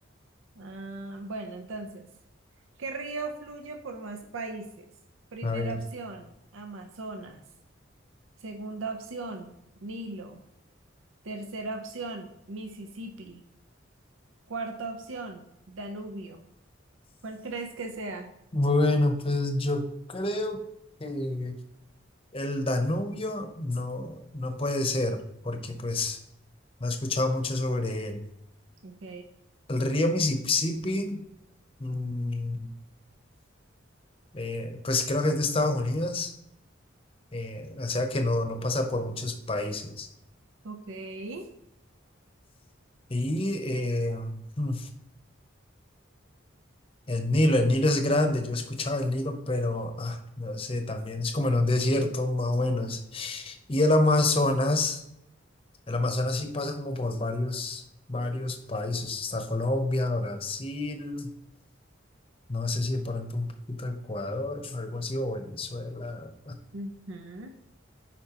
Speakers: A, on the right; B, on the left.
A: Ah, bueno, entonces, ¿qué río fluye por más países? Primera
B: A ver.
A: opción, Amazonas. Segunda opción, Nilo. Tercera opción, Mississippi. Cuarta opción, Danubio. ¿Cuál crees que sea?
B: Bueno, pues yo creo que El Danubio no, no puede ser, porque pues no he escuchado mucho sobre él.
A: Ok,
B: El río Mississippi, mm, eh, pues creo que es de Estados Unidos, eh, o sea que no, no pasa por muchos países.
A: ok.
B: Y eh, mm, el Nilo, el Nilo es grande, yo escuchaba el Nilo, pero ah, no sé, también es como en un desierto más o menos. Y el Amazonas, el Amazonas sí pasa como por varios, varios países. Está Colombia, Brasil, no sé si de pronto un poquito Ecuador, algo así, o Venezuela.
A: Ujú.